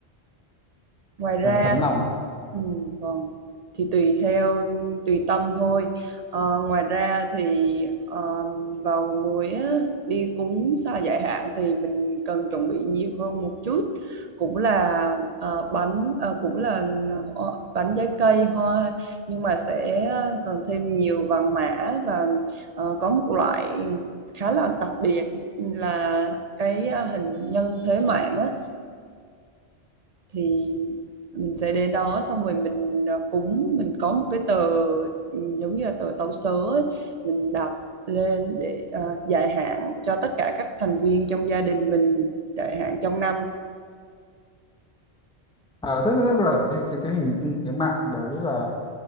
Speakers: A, on the right (about 50°); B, in the centre.
A: ngoài ra
B: ờ, tấm lòng
A: Ừ, vâng thì tùy theo tùy tâm thôi Ờ, ngoài ra thì ờ, vào mùa muối á, đi cúng sa giải hạn thì mình cần chuẩn bị nhiều hơn một chút cũng là ờ, bánh ờ, cũng là ho- bánh trái cây hoa nhưng mà sẽ cần thêm nhiều vàng mã và ờ, có một loại khá là đặc biệt là cái ờ, hình nhân thế mạng á thì mình sẽ đến đó xong rồi mình ờ, cúng mình có một cái tờ ừ, giống như là tờ tấu sớ ấy, mình đọc lên để ờ, dài hạn cho tất cả các thành viên trong gia đình mình dài hạn trong năm
B: à, tức, tức là cái cái cái hình nhân cái mạng đấy là